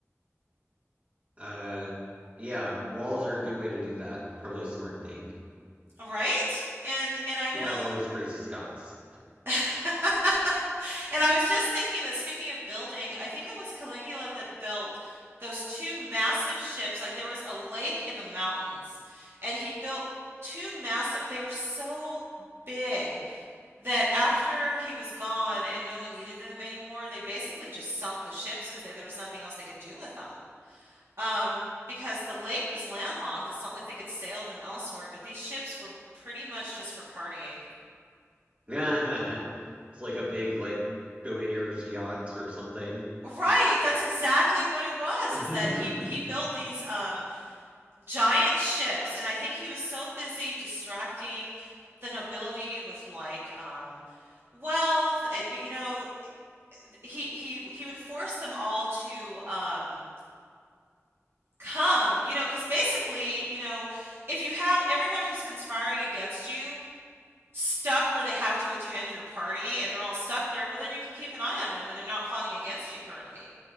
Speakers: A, on the right; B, on the right.
A: Uh, yeah. Walls are a good way to do that. Probably a smart thing.
B: Right? And and I
A: Keep
B: know
A: out all those crazy Scots.
B: <laughs> And I was just thinking that speaking of building, I think it was Caligula that built those two massive ships. Like there was a lake in the mountains, and he built two massive, they were so big that after he was gone and no one needed them anymore, they basically just sunk the ships because there was nothing else they could do with them. Um, because the lake was landlocked, it's not like they could sail them elsewhere, but these ships were pretty much just for partying.
A: <laughs> It's like a big like billionaire's yacht or something.
B: Right, that's exactly what it was,
A: <laughs>
B: is that he he built these um giant ships and I think he was so busy distracting the nobility with like um wealth, uh, you, you know, he he he would force them all to um come, you know, because basically, you know, if you have everyone who's conspiring against you stuck where they have to attend your party and they're all stuck there, well then you can keep an eye on them and they're not plotting against you currently.